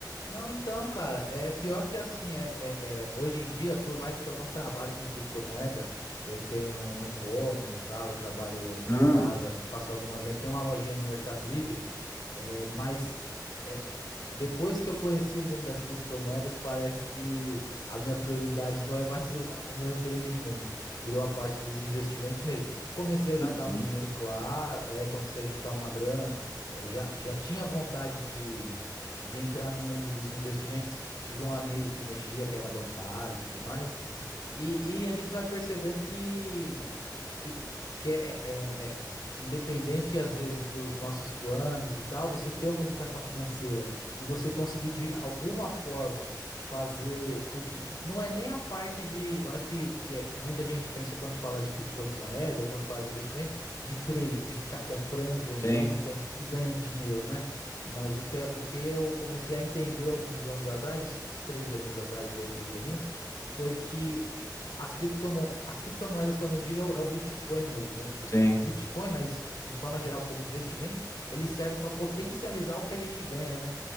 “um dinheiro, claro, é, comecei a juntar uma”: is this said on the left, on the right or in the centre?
Left